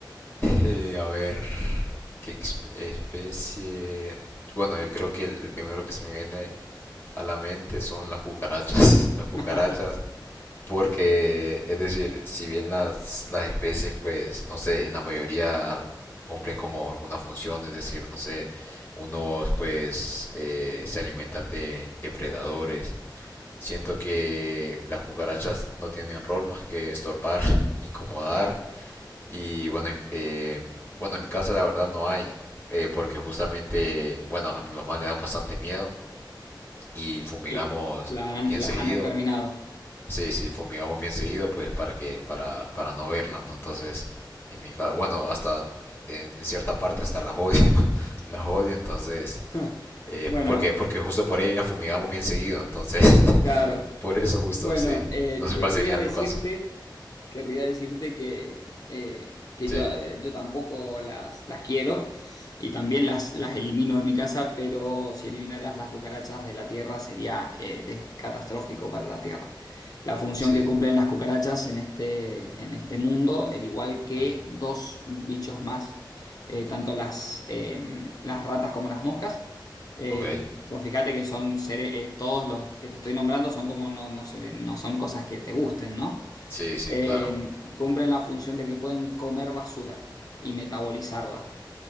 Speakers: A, on the left; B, on the left.
A: Eh, a ver. ¿Qué exp- especie? Bueno, yo creo que el, el primero que se me viene a la mente son las cucarachas. <laughs> Las cucarachas,
B: <laughs>
A: porque, es decir, si bien las, las especies, pues, no sé, en la mayoría cumplen como alguna función, es decir, no sé, unos pues eh, se alimentan de depredadores. Siento que las cucarachas no tienen rol más que estorbar, <laughs> incomodar y bueno, en- eh, bueno, en mi casa la verdad no hay, eh, porque justamente, bueno, a mi mamá le da bastante miedo y fumigamos
B: El- la han-
A: bien
B: las
A: seguido.
B: han exterminado.
A: Sí, sí, fumigamos bien seguido, pues para que, para, para no verla, ¿no? Entonces, en mi casa, bueno, hasta en, en cierta parte hasta las odio, <laughs> las odio, entonces,
B: <laughs>
A: eh,
B: Bueno,
A: porque, porque justo por ella fumigamos bien seguido, entonces, <laughs>
B: claro.
A: por eso justo,
B: Bueno,
A: sí.
B: eh,
A: No sé
B: querría
A: cuál sería en
B: decirte...
A: tu caso.
B: Querría decirte que, eh, que
A: Sí,
B: yo, eh, yo tampoco las, las quiero y también las, las elimino de mi casa, pero si eliminaras las cucarachas de la tierra sería eh, des- catastrófico para la tierra. La función
A: sí.
B: que cumplen las cucarachas en este, en este mundo, al igual que
A: Ujú.
B: dos bichos más, eh, tanto las, eh, las ratas como las moscas. Eh,
A: Ok.
B: vos fíjate que son seres, eh, todos los que te estoy nombrando son como no, no, se- no son cosas que te gusten, ¿no?
A: Sí, sí,
B: eh,
A: claro.
B: cumplen la función de que pueden comer basura y metabolizarla.